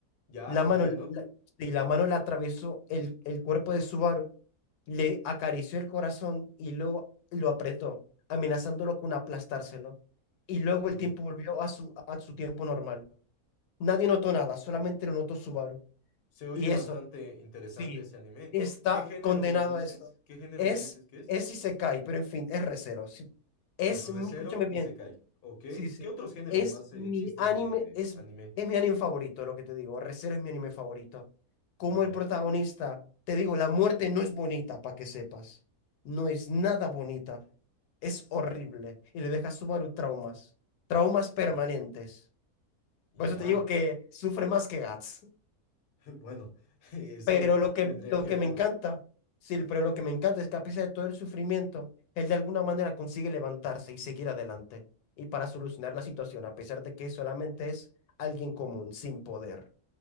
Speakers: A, on the left; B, on the left.
A: ya,
B: La mano,
A: entiendo.
B: la- la- y la mano le atravesó el, el cuerpo de Subaru, le acarició el corazón y lo, lo apretó, amenazándolo con aplastárselo. Y luego
A: Uy,
B: el tiempo volvió a su, a su tiempo normal. Nadie notó nada, solamente lo notó Subaru.
A: se oye
B: Y eso,
A: bastante interesante
B: sí,
A: ese anime.
B: está
A: ¿Qué género
B: condenado
A: me dices?
B: a eso.
A: ¿Qué género
B: Es,
A: me dices que es?
B: es si se cae, pero en fin, es recero. sí. Es,
A: Es Recero
B: mi- escúchame bien,
A: y Sekai, ¿ok?
B: Sí, sí.
A: ¿Qué otros géneros
B: Es
A: más
B: mi
A: eh, existen
B: anime,
A: de
B: es,
A: anime?
B: es mi anime favorito, lo que te digo. Re:Zero es mi anime favorito. Como
A: Ya.
B: el protagonista, te digo, la muerte no es bonita, para que sepas. No es nada bonita. Es horrible. Y le deja a Subaru traumas. Traumas
A: ok.
B: permanentes.
A: Ya,
B: Por eso te digo que sufre más que Guts.
A: <laughs> bueno, <laughs> eso
B: Pero lo que,
A: tendría
B: lo
A: que
B: que
A: ver.
B: me encanta, sí, pero lo que me encanta es que a pesar de todo el sufrimiento, él de alguna manera consigue levantarse y seguir adelante. Y para solucionar la situación, a pesar de que solamente es alguien común, sin poder.